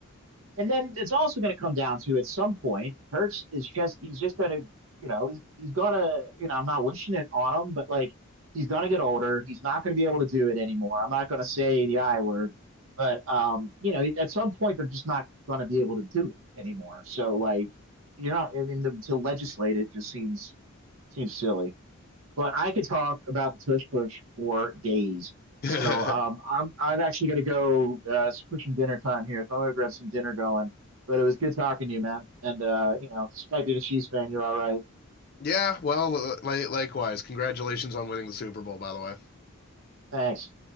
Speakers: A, on the right (about 65°); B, on the left (about 45°).
A: And then it's also going to come down to at some point, Hertz is just he's just going to you know he's, he's going to you know I'm not wishing it on him, but like he's going to get older. He's not going to be able to do it anymore. I'm not going to say the I word, but um, you know at some point they're just not going to be able to do it anymore. So like you're not. I mean, the, to legislate it just seems seems silly but I could talk about the tush push for days.
B: Mm-hmm.
A: So um, I'm I'm actually gonna go. Uh, it's pushing dinner time here, so I'm gonna grab some dinner going. But it was good talking to you, man. And uh, you know, despite being a Chiefs fan, you're all right.
B: <laughs> yeah, well, li- likewise. Congratulations on winning the Super Bowl, by the way.
A: Thanks.